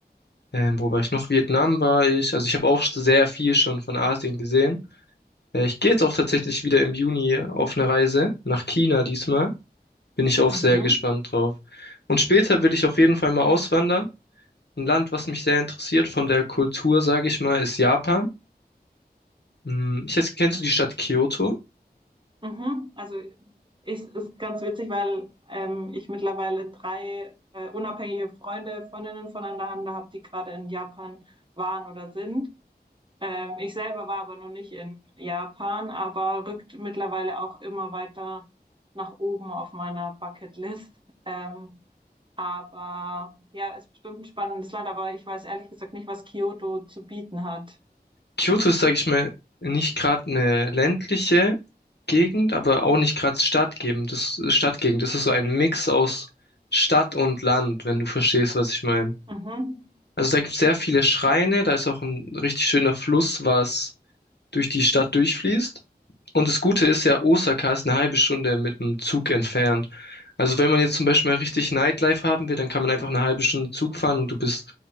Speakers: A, on the left; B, on the right.
A: ähm, wo war ich noch? Vietnam war ich. Also ich habe auch sehr viel schon von Asien gesehen. Äh, ich gehe jetzt auch tatsächlich wieder im Juni auf eine Reise nach China diesmal. Bin ich auch
B: Mhm.
A: sehr gespannt drauf. Und später will ich auf jeden Fall mal auswandern. Ein Land, was mich sehr interessiert von der Kultur, sage ich mal, ist Japan. Hm, Ich jetzt kennst du die Stadt Kyoto?
B: Mhm. Also ich, ist ganz witzig, weil ähm, ich mittlerweile drei äh, unabhängige Freunde, Freundinnen voneinander habe, die gerade in Japan waren oder sind. Ähm, ich selber war aber noch nicht in Japan, aber rückt mittlerweile auch immer weiter nach oben auf meiner Bucketlist. Ähm, aber ja, ist bestimmt ein spannendes Land, aber ich weiß ehrlich gesagt nicht, was Kyoto zu bieten hat.
A: Kyoto ist, sage ich mal, nicht gerade eine ländliche Gegend, aber auch nicht gerade Stadtgegend. Das Stadtgegend. Das ist so ein Mix aus Stadt und Land, wenn du verstehst, was ich meine.
B: Mhm.
A: Also da gibt es sehr viele Schreine, da ist auch ein richtig schöner Fluss, was durch die Stadt durchfließt. Und das Gute ist ja, Osaka ist eine halbe Stunde mit dem Zug entfernt. Also wenn man jetzt zum Beispiel mal richtig Nightlife haben will, dann kann man einfach eine halbe Stunde Zug fahren und du bist